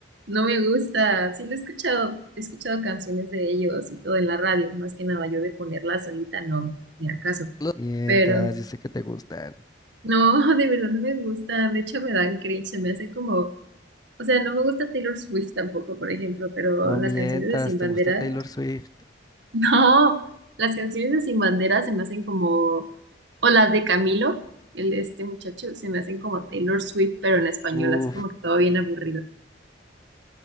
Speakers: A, on the right (about 75°); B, on the left (about 20°).
A: No me gusta, sí lo he escuchado, he escuchado canciones de ellos y todo en la radio, más que nada yo de ponerla solita, no, ni al caso,
B: lo mientas,
A: Pero
B: yo sé que te gustan,
A: no, <laughs> de verdad no me gusta, de hecho me dan cringe, se me hace como, o sea, no me gusta Taylor Swift tampoco, por ejemplo, pero
B: no
A: las
B: mientas,
A: canciones de Sin Bandera.
B: te gusta Taylor Swift,
A: No, las canciones de Sin Bandera se me hacen como, o las de Camilo, el este muchacho, se me hacen como Taylor Swift, pero en español,
B: uff,
A: así como que todo bien aburrido.